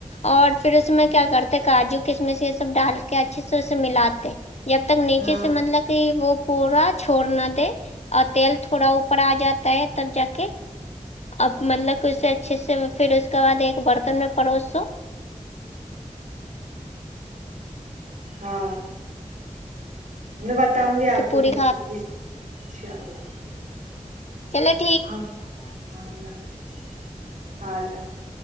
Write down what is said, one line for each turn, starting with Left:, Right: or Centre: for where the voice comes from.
Left: اور پھر اس میں کیا کرتے کاجو کسمش یہ سب ڈال کے اچھے سے اسے ملاتے جب تک نیچے
Right: ہاں
Left: سے مطلب کہ وہ پورا چھڑ نہ دے اور تیل تھوڑا اوپر آ جاتا ہے تب جا کے اب مطلب کوچ سے اچھے سے پھر اس کے بعد ایک برتن میں پروسو
Right: ہاں میں بتاؤں گی آپ
Left: کہ
Right: کو
Left: پوری
Right: راپیسس انشاء اللہ
Left: چلو
Right: ہاں ہاں اللہ حافظ ہاں اللہ حافظ